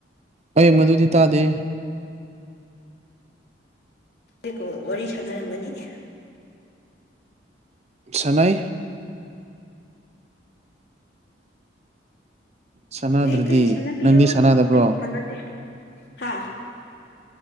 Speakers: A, on the right; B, on the left.
A: ꯑꯩ ꯃꯗꯨꯗꯤ ꯇꯥꯗꯦ
B: ꯍꯦꯛꯀ ꯋꯥꯔꯤ ꯁꯥꯟꯅꯔꯝꯒꯅꯤꯅꯦ
A: ꯁꯥꯟꯅꯩ ꯁꯥꯟꯅꯗ꯭ꯔꯗꯤ
B: ꯐꯩ ꯐꯩ ꯁꯥꯟꯅꯕꯤꯌꯨ
A: ꯅꯪꯗꯤ ꯁꯥꯟꯅꯗꯕ꯭ꯔꯣ
B: ꯑꯩ ꯁꯥꯟꯅꯗꯦ ꯍꯥ